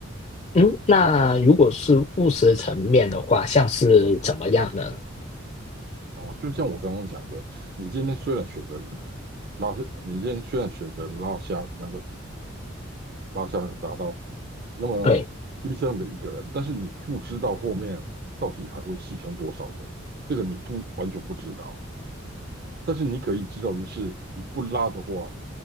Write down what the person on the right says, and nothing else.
哦，就像我刚刚讲的，你今天虽然选择拉下，你今天虽然选择拉下那个拉下那个闸刀。那么牺牲了一个人，
但是你不知道后面到底还会牺牲多少人，这个你不完全不知道。但是你可以知道的是，你不拉的话，